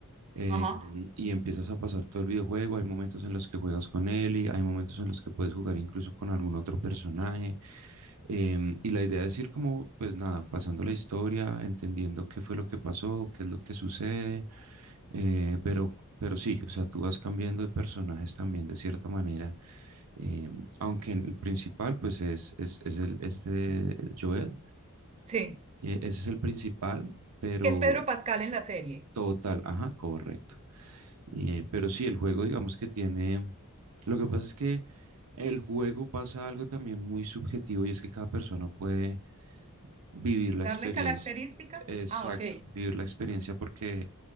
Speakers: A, on the right (about 80°); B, on the right (about 30°).
A: eh,
B: Ajá,
A: y empiezas a pasar todo el videojuego. Hay momentos en los que juegas con él y hay momentos en los que puedes jugar incluso con algún otro personaje. Em, y la idea es ir como, pues nada, pasando la historia, entendiendo qué fue lo que pasó, qué es lo que sucede, eh, pero, pero sí, o sea, tú vas cambiando de personajes también de cierta manera eh, aunque el principal, pues es, es, es el, este el Joel,
B: sí.
A: eh, ese es el principal, pero
B: ¿Qué es Pedro Pascal en la serie?
A: total, ajá, correcto. Eh, pero sí, el juego, digamos que tiene, lo que pasa es que el juego pasa algo también muy subjetivo y es que cada persona puede vivir la
B: ¿Darle
A: experiencia.
B: características?
A: Exacto,
B: Ah, ok.
A: vivir la experiencia porque